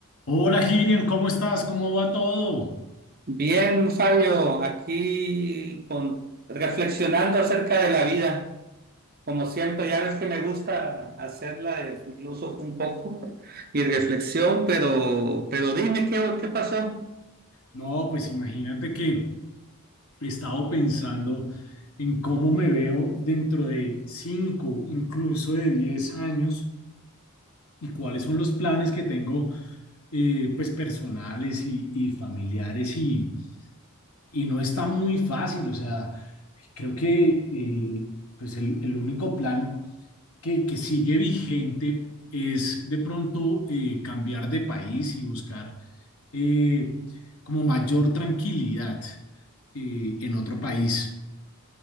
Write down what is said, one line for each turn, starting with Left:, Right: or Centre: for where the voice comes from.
Left: Hola Girian, ¿cómo estás? ¿Cómo va todo?
Right: Bien, Fabio, aquí con, reflexionando acerca de la vida. Como siempre, ya ves que me gusta hacerla de filósofo un poco y reflexión, pero, pero dime qué, qué pasó.
Left: No, pues imagínate que he estado pensando en cómo me veo dentro de 5, incluso de 10 años y cuáles son los planes que tengo eh, pues personales y, y familiares Y, y no está muy fácil, o sea, creo que eh, pues el, el, único plan que, que, sigue vigente es de pronto eh, cambiar de país y buscar eh, como mayor tranquilidad eh, en otro país.